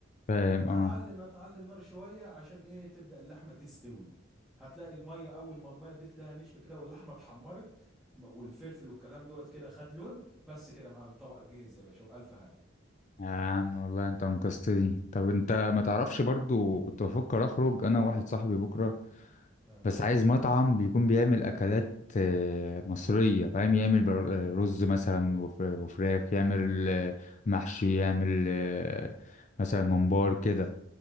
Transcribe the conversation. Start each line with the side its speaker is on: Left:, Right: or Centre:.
Left: فاهم
Centre: هتعلي
Left: اه
Centre: هتعلي النار شويه عشان ايه تبدا اللحمه تستوي هتلاقي الميه اول ما الميه دي تلاقيها نشف كده واللحمه اتحمرت م- والفلفل والكلام دوت كده خد لون بس كده يا معلم طبقك جهز يا باشا وبألف هنا
Left: يا عم والله انت انقذتني طب انت ما تعرفش برضو كنت بفكر اخرج انا وواحد صاحبي بكره
Centre: آه.
Left: بس عايز مطعم بيكون بيعمل اكلات آه، مصريه فاهم يعمل بر- آه، رز مثلا وف- وفراخ يعمل آه، محشي يعمل آه، مثلا ممبار كده